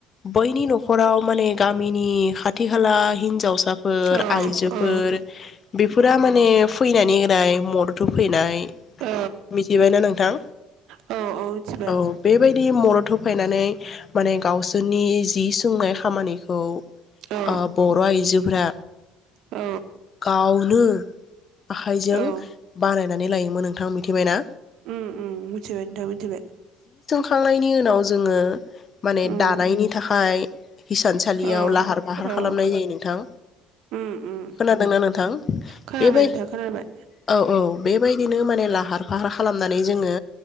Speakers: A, on the left (about 40°); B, on the right (about 60°).
A: बैनि नखराव माने गामिनि खाथि खाला हिनजावसा। फोर
B: औ
A: आइजो।
B: औ
A: फोर बेफोरा माने फैनानै होनाय मदथ होफैनाय
B: औ
A: मिथिबायना नोंथां।
B: औ औ मिथिबाय
A: औ बेबायदि मदद। थ फायनानै माने गावसोरनि जि सोंनाय खामानिखौ
B: औ
A: ओ बर' आइजोफोरा।
B: औ
A: गावनो आखाइजों
B: औ
A: बानायनानै लायोमोन नोंथां मोथिबायना।
B: उम उम मोथिबाय नोंथां मोथिबाय।
A: खांनायनि उनाव जोङो। माने
B: उम
A: दानायनि थाखाय हिसानसालियाव
B: औ
A: लाहार फाहार
B: औ
A: खालामनाय जायो नोंथां।
B: उम उम
A: खोनादोंना नोंथां
B: खोनाबाय
A: बे बाय
B: नोंथां खोनाबाय
A: औ औ बे बाय। दिनो माने लाहार फाहार खालामनानै जोङो